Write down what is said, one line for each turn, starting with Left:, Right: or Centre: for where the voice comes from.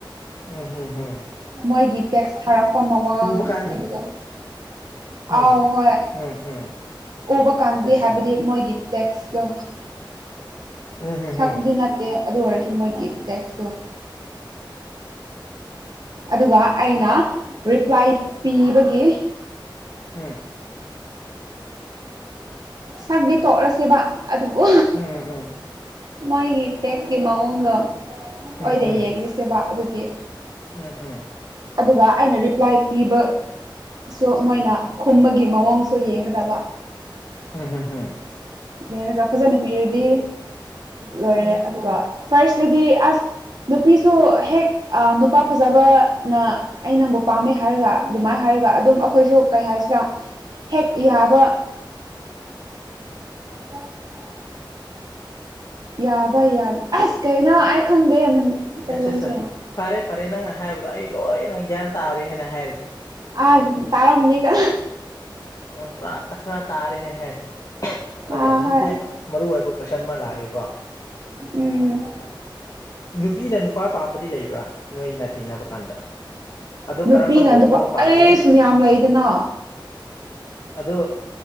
Left: ꯎꯝꯍꯨꯝꯍꯨꯝ
Right: ꯃꯣꯏꯒꯤ ꯇꯦꯛꯁ ꯊꯥꯔꯛꯄ ꯃꯋꯥꯡ
Left: ꯎꯕ ꯀꯥꯟꯅꯤ
Right: ꯑꯗꯨꯒ ꯑꯥꯎ
Left: ꯎꯝ
Right: ꯍꯣꯏ
Left: ꯎꯝ ꯎꯝ
Right: ꯎꯕ ꯀꯥꯟꯗꯗꯤ
Left: ꯁꯦꯁꯥ
Right: ꯍꯥꯏꯕꯗꯤ ꯃꯣꯏꯒꯤ ꯇꯦꯛꯁ ꯗꯣ
Left: ꯎꯝꯍꯨꯝꯍꯨꯝ
Right: ꯁꯛꯗꯤ ꯅꯠ ꯇꯦ ꯑꯗꯨ ꯑꯣꯏꯔꯁꯨ ꯃꯣꯏꯒꯤ ꯇꯦꯛꯁꯇꯣ ꯑꯗꯨꯒ ꯑꯩꯅ ꯔꯤꯄ꯭ꯂꯥꯏ ꯄꯤꯕꯒꯤ
Left: ꯎꯝ
Right: ꯁꯛꯗꯤ ꯇꯣꯛꯔꯁꯦꯕ ꯑꯗꯨꯕꯨ
Left: ꯎꯝ ꯎꯝ
Right: ꯃꯣꯏꯒꯤ ꯇꯦꯛꯁꯀꯤ ꯃꯑꯣꯡꯗꯣ
Left: ꯎꯝ
Right: ꯑꯣꯏꯗ
Left: ꯎꯝ
Right: ꯌꯦꯡꯔꯁꯦꯕ ꯑꯗꯨꯒꯤ
Left: ꯎꯝ ꯎꯝ
Right: ꯑꯗꯨꯒ ꯑꯩꯅ ꯔꯤꯄ꯭ꯂꯥꯏ ꯄꯤꯕꯁꯨ ꯃꯣꯏꯅ ꯈꯨꯝꯕꯒꯤ ꯃꯑꯣꯡꯁꯨ ꯌꯦꯡꯒꯗꯕ
Left: ꯎꯝ ꯍꯝ ꯍꯝ
Right: ꯌꯦꯔꯒ ꯐꯖꯅ ꯄꯤꯔꯗꯤ ꯂꯣꯏꯔꯦ ꯑꯗꯨꯒ ꯐꯥꯔꯁꯇꯗꯤ ꯑꯁ ꯅꯨꯄꯤꯁꯨ ꯍꯦꯛ ꯅꯨꯄꯥ ꯐꯖꯕꯅ ꯑꯩ ꯅꯪꯕꯨ ꯄꯥꯝꯃꯦ ꯍꯥꯏꯔꯒ ꯑꯗꯨꯃꯥꯏꯅ ꯍꯥꯏꯔꯒ ꯑꯗꯨꯝ ꯑꯈꯣꯏꯁꯨ ꯀꯩ ꯍꯥꯏꯁꯤꯔꯥ ꯍꯦꯛ ꯌꯥꯕ <unintelligible> ꯌꯥꯕ ꯌꯥꯗ ꯑꯁ ꯀꯩꯅꯣ ꯑꯩ ꯈꯪꯗꯦ
Left: ꯎꯝ
Right: ꯇꯩꯂꯣꯟꯁꯦ
Left: ꯑꯠꯆꯥ ꯑꯠꯆꯥ ꯐꯔꯦ ꯐꯔꯦ ꯅꯪꯅ ꯍꯥꯏꯕꯗꯣ ꯑꯩ ꯂꯣꯏꯅ ꯒ꯭ꯌꯥꯟ ꯇꯥꯔꯦ ꯍꯥꯏꯅ ꯍꯥꯏꯔꯁꯤ
Right: ꯑꯥꯏ ꯇꯥꯔꯝꯅꯤꯗ
Left: ꯑꯣ ꯄꯨꯔꯥ ꯇꯛꯈꯔ ꯇꯥꯔꯦ ꯍꯥꯏ ꯍꯥꯏꯁꯦ
Right: ꯑꯥ
Left: ꯑꯣꯀꯦ ꯍꯧꯖꯤꯛꯇꯤ
Right: ꯍꯣꯏ
Left: ꯃꯔꯨ ꯑꯣꯏꯕ ꯀꯣꯏꯁꯟ ꯑꯃ ꯂꯥꯛꯑꯒꯦꯀꯣ
Right: ꯎꯝ
Left: ꯅꯨꯄꯤꯅ ꯅꯨꯄꯥ ꯄꯥꯝꯕꯗꯤ ꯂꯩꯕ꯭ꯔꯥ ꯅꯣꯏꯅ ꯊꯦꯡꯅꯕ ꯀꯥꯟꯗ ꯑꯗꯣ
Right: ꯅꯨꯄꯤꯅ
Left: ꯀꯔꯝꯕ ꯃꯑꯣꯡꯐꯥꯎ
Right: ꯅꯨꯄꯥ
Left: ꯄꯥꯝꯃꯦ
Right: ꯑꯩꯁꯨ ꯃꯌꯥꯝ ꯂꯩꯗꯅ
Left: ꯑꯗꯣ